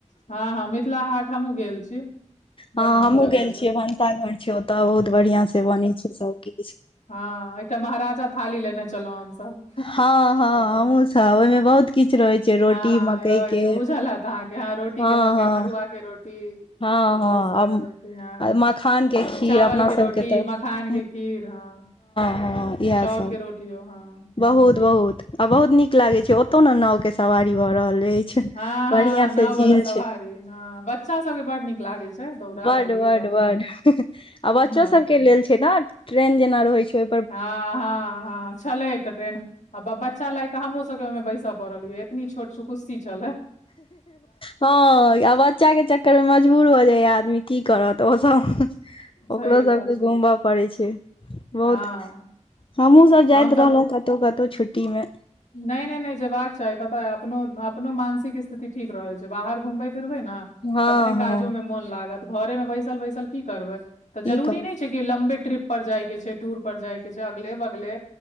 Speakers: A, on the left; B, on the left.
A: हाँ हाँ मिथिला हाट हमहुँ गेल छी बड
B: हाँ
A: नीक
B: हमहूँ
A: जगह
B: गेल
A: छै
B: छियै भनसाघर छै ओतय बहुत बढ़ियाँ से बनै छै सबकिछ।
A: हाँ एकटा महराजा थाली लेने छलहुँ हमसब
B: हँ हँ
A: ओतऽ
B: हमहुँ सब ओहिमे
A: हाँ
B: बहुत किछ रहै छै
A: हाँ
B: रोटी मकई
A: रहै
B: के
A: छै बुझल हैत अहाँके ह रोटी
B: हँ
A: के मकई
B: हँ
A: मरुआ के रोटी।
B: हँ
A: बहुत
B: हँ
A: सारा
B: आब
A: रोटी हाँ
B: आ मखान के खीर
A: चावल
B: अपना
A: के रोटी
B: सबके तऽ
A: मखान के
B: हँ
A: खीर हँ
B: हँ इएह
A: चाउर
B: सब
A: के रोटियों हाँ
B: बहुत बहुत आ बहुत नीक लागे छै ओतौ ने नाव के सवारी भऽ रहल अछि छै
A: हँ हँ
B: बढ़िया
A: नाव
B: से झील
A: वाला सवारी हँ बच्चा सबके बड नीक लागे छै। दौड़ा
B: बड
A: दौड़ी
B: बड
A: करे
B: बड
A: मे
B: आ बच्चो
A: हँ
B: सभके लेल छै ने ट्रेन जेना रहय छैय
A: हँ हँ हँ छलय एकटा ट्रेन आ ब बच्चा लाइ कऽ हमरो सबके ओइमे बैसय पड़ल यै एतनी छोट छोट कुस्सी छलय।
B: हँ बच्चाके चक्करमे मजबूर भऽ जाइयै आदमी की करत ओ सब
A: सही
B: ओकरो
A: बात
B: सबके
A: छै
B: घुमब पड़ै छै बहुत
A: हँ
B: हमहुँ सब
A: तऽ
B: जाइत
A: हम
B: रहलहुँ कतहु कतहु छुट्टीमे
A: नै नै नै जेबाक चाही पता ए अपनो अपनो मानसिक स्थिति ठीक रहय छै बाहर घूमबे फिरबै ने
B: हँ
A: तखने
B: हँ
A: काजोमे मोन लागत घरेमे बैसल बैसल की करबै तऽ
B: की
A: जरूरी
B: करब
A: नै छै कि कि लम्बे ट्रिप पर जाइके छै टूर पर जाइके छै अगले बगले